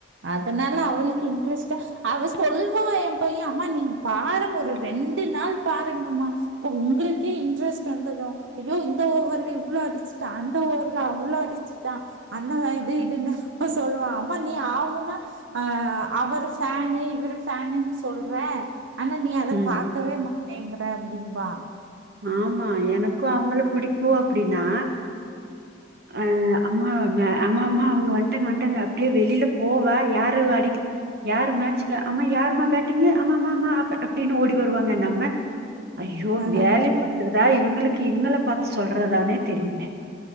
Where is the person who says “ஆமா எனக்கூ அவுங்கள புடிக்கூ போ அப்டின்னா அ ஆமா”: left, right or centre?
Right